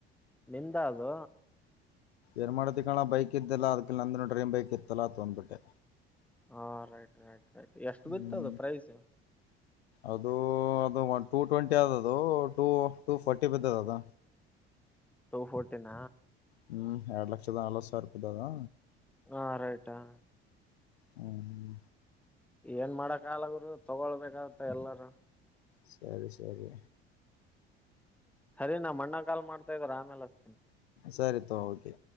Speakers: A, in the centre; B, on the left.
A: ನಿಂದ ಅದು
B: ಏನ್ ಮಾಡ್ತಿ ಕಣ ಬೈಕ್ ಇದ್ದಿಲ್ಲ ಅದಕ ನಂದನ ಡ್ರೀಮ್ ಬೈಕ್ ಇತ್ತಲ್ಲ ತಗೊಂಡ್ ಬಿಟ್ಟೆ
A: ಹಾ ರೈಟ್ ರೈಟ್ ರೈಟ್ ಎಷ್ಟ್
B: ಹ್ಮ್
A: ಬಿತ್ತದು ಪ್ರೈಸ್
B: ಅದು ಅದು ಒನ್ ಟೂ ಟ್ವೆಂಟಿ ಅದದು ಟೂ ಟೂ ಫಾರ್ಟಿ ಬಿದ್ದದ್ ಅದ
A: ಟೂ ಫೋರ್ಟೀನ
B: ಹ್ಮ್ ಎರಡು ಲಕ್ಷದ ನಲವತ್ತ್ ಸಾವ್ರ್ ರೂಪಾಯ್ ದದ
A: ಹಾ ರೈಟ್ ಆ
B: ಹ್ಮ್
A: ಏನ್ ಮಾಡಕ್ ಆಗಲ್ಲ ಗುರು ತೊಗೊಳ್ಬೇಕಾಗತ್ತೆ ಎಲ್ಲರು
B: ಸರಿ ಸರಿ
A: ಸರಿ ನಮಣ್ಣ ಕಾಲ್ ಮಾಡ್ತಾ ಇದಾರ್ ಆಮೇಲ್ ಹಚ್ತೀನ್
B: ಸರಿ ತಗೋ ಓಕೆ